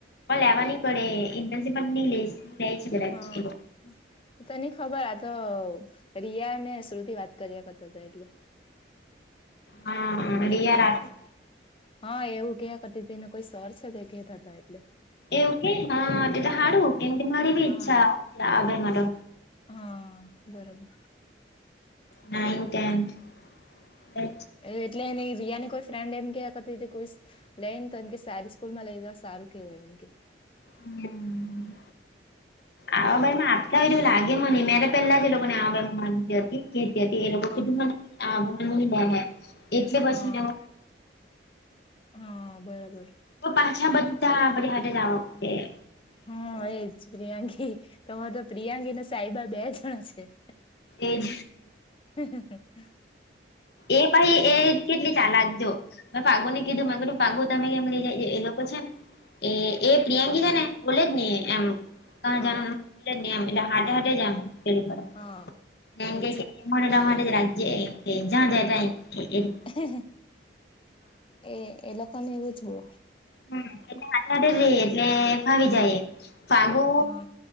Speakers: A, on the left; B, on the left.
A: પણ લેવા ની પડે ઇન્ટર્નશિપ પણ ન લે લે છે કદાચ
B: હા
A: એઓ.
B: એ તો નઈ ખબર આતો રિયા અને શ્રુતિ વાત કર્યા કરતો હતો એટલે.
A: હા-હા રીયા
B: હા.
A: રાઠોડ.
B: હા એવું કિયા કરતી તી ને કોઈ સર છે તે કેતા હતા એટલે.
A: એવુ કે હા તે તો હારુ કેમ કે મારી બી
B: હા
A: ઈચ્છા આવે એમાં તો.
B: હા બરોબર.
A: નાઈન્થ, ટેન્થ એજ.
B: એટલે એની રિયા ની કોઈ ફ્રેન્ડ એમ કિયા કરતી કોઈ સ્કૂ લઈ ને તો એમ કે સારી સ્કૂલ માં લેજો સારું કેહેવાય એમ કે.
A: હમ્મ.
B: એટલે.
A: આહવા બાઈ આપતા હો તેવું લાગે મને મેતો પેલા જ એ લોકો ને આહવા બાઈ માં માનતી હતી. કતી હતી એ લોકો
B: હા
A: કીધું મને આ નહી લે હે એટલે પછી
B: હા.
A: તેઓ.
B: હા બરાબર.
A: પણ પાછા બધા આપડી હાથે જ આવા કુદે હે.
B: હા એજ પ્રિયાંકી તમારે તો પ્રિયાંકીને સાઈબા બે જણા છે.
A: એજ.
B: હહહ.
A: એ પાહી એ કેટલી ચાલાક જો. મેં પાગુ ને કીધુંમાં કધું પાગુ તમે કેમ લઈ જાય એ એ લોકો છે ને. એ એ પ્રિયાંકી છે ને બોલે જ ને એમ. કહાં
B: હા
A: જવાના એમ પૂછે જ ની આમ એટલે હાથે-હાથે જ એમ પેલું કરો.
B: હા.
A: ને એક
B: એજ
A: કહે કે મને તમાર હાથે જ રાખજે એમ કેહ જ્યાં જાય તા એમ કેહ.
B: હે હે એ એ લોકોને એવું જ બો.
A: હમ્મ એટલે હાથે-હાથે રેય એટલે ફાવી જાય ફાગુ
B: હા